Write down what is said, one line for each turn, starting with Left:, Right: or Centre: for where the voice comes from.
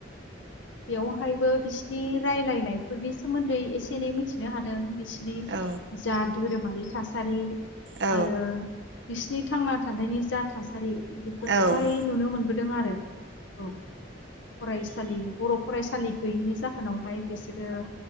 Left: बेवहायबो बिसिनि रायलायनायफोरनि सोमोन्दै एसे एनै मिथिनो हादों। बिसनि
Right: औ
Left: जा धोरोमारि थासारि
Right: औ
Left: आरो बिसिनि थांना थानायनि जा थासारि बेफोरखौहाय
Right: औ
Left: नुनो मोनबोदों आरो औ फरायसा बर फरायसालि गैयैनि जाहोनावहाय बिसोरो